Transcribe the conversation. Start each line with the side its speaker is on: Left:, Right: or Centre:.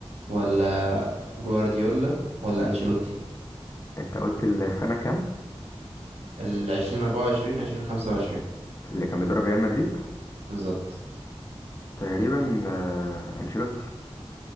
Right: ولا جوارديولا ولا انشيلوتي
Left: انت قلت السنة كام؟
Right: ال 2024 2025
Left: اللي كان بيدرب ريال مدريد
Right: بالظبط
Left: تقريبا آه، أنشيلوتي